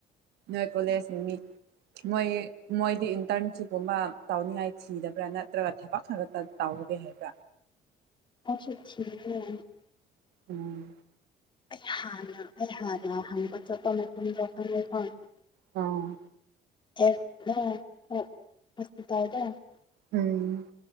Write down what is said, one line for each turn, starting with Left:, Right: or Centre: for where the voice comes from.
Right: ꯅꯣꯏ ꯀꯣꯂꯦꯁꯀꯤ ꯃꯤ ꯃꯣꯏ ꯃꯣꯏꯗꯤ ꯏꯟꯇꯔꯟꯁꯤꯞꯀꯨꯝꯕ ꯇꯥꯎꯅꯤꯡꯉꯥꯏ ꯊꯤꯗꯕ꯭ꯔꯥ ꯅꯠꯇ꯭ꯔꯒ ꯊꯕꯛ <unintelligible> ꯇꯥꯎꯒꯦ ꯍꯥꯏꯕꯔ
Left: <unintelligible>
Right: ꯎꯝ
Left: ꯑꯩ ꯍꯥꯟꯅ ꯑꯩ ꯍꯥꯟꯅ ꯍꯪꯕ ꯆꯠꯄ ꯃꯇꯝꯗ <unintelligible>
Right: ꯑꯣ
Left: <unintelligible>
Right: ꯎꯝ